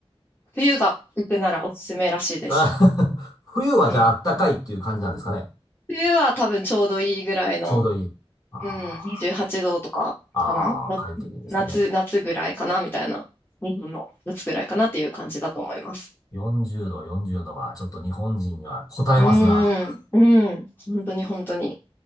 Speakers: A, on the left; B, on the left.
A: 冬が行くならおすすめらしいです。
B: あ <laughs> 冬はじゃあ暖かいっていう感じなんですかね。
A: うん。冬は多分ちょうどいいぐらいの、
B: ちょうどいい。あ
A: うん、28度とかかな
B: ーあー、快適ですね。
A: 夏、夏ぐらいかなみたいな。日本の夏ぐらいかなっていう感じだと思います。
B: 40度、40度はちょっと日本人には応えますな。
A: うーん、うん、本当に本当に。